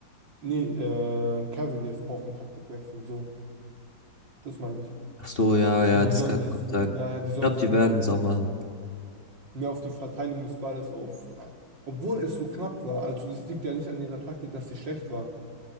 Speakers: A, on the right (about 70°); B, on the left (about 30°).
A: nee, äh, Cavaliers brauchen einen Taktikwechsel. So, das meine ich.
B: Ach so, ja, ja,
A: Die, die
B: das
A: sollen
B: kann
A: sich,
B: gut sein.
A: ja, ja, die sollen
B: Ich glaube,
A: sich
B: die
A: mehr.
B: werden es auch machen.
A: mehr auf die Verteilung des Balles auf, äh, obwohl es so knapp war. Also das liegt ja nicht an ihrer Taktik, dass sie schlecht war.